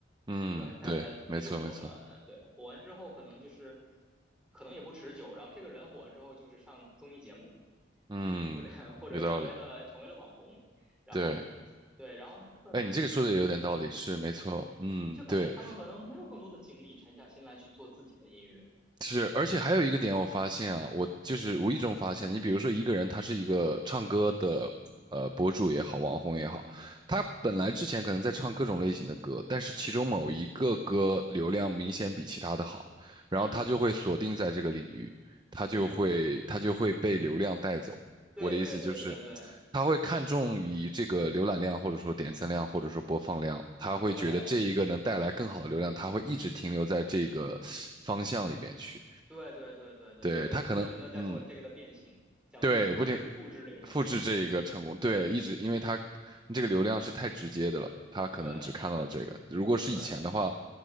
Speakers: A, on the right; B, in the centre.
A: 嗯，
B: 对吧？它它它就火了，
A: 对，没错没错，
B: 那对火完之后，可能就是可能也不持久，然后这个人火了之后，就是上综艺节目，
A: 嗯，
B: 或者或者成为了成为了网红，
A: 有道理，
B: 然后
A: 对。
B: 对，然后他可能就
A: 哎，你这个说的也有点道理，是没错，嗯，
B: 就就感觉他们可能没有更多的精力沉下心来去做自己的音乐，
A: 对，是，而且还有一个点我发现啊，我就是无意中发现，你比如说一个人他是一个唱歌的呃博主也好，网红也好，他本来之前可能在唱各种类型的歌，但是其中某一个歌流量明显比其他的好，
B: 嗯
A: 然后他就会锁定在这个领域，
B: 嗯
A: 他就会他就会被流量带走。
B: 嗯，对对对对对
A: 我的意思就是，他会看重于这个浏览量，或者说点赞量，或者说播放量，他会觉得这一个能带来更好的流量，
B: 对。
A: 他会一直停留在这个方向里面去。
B: 对对对对对，
A: 对，
B: 就是不停的在做这个的变形，
A: 他可能，嗯，
B: 想要去复制复制这个成功。
A: 对，不停，复制这一个成功，
B: 对
A: 对，一直因为他这个流量是太直接的了，他可能只看到了这个。
B: 对
A: 如果是以前的话，
B: 对